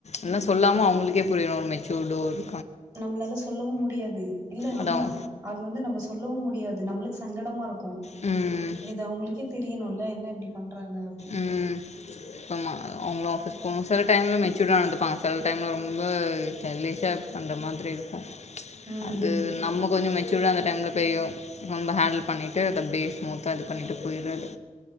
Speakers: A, on the left; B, on the right.
A: எல்லா சொல்லாம அவ்ங்களுக்கே புரியு ஒரு மெச்சூர் டூட்
B: நம்மளால சொல்லவு முடியாது இல்ல
A: அதான்
B: ஆமா அது வந்து நம்ம சொல்லவு முடியாது நம்மளுக்கு சங்கடமா இருக்கு
A: ம்
B: இது அவ்ங்களுக்கே தெரியணுல்ல என்ன இப்டி பண்றாங்க அப்டின்ட்டு
A: ம் ஆமா அவ்ங்களு ஆஃபீஸ் போணு சில டைம்ல மெச்சூடா நடந்துப்பாங்க சில டைம்ல ரொம்ப சைல்டிஷா பண்ற மாதிரி இருக்கு
B: ம்
A: அது நம்ம கொஞ்ச மெச்சூர்டா அந்த டைம்ல ப்பயு ரொம்ப ஹேண்டில் பண்ணிட்டு அதப்டியே ஸ்மூத்தா இது பண்ணிட்டு போயிட்றது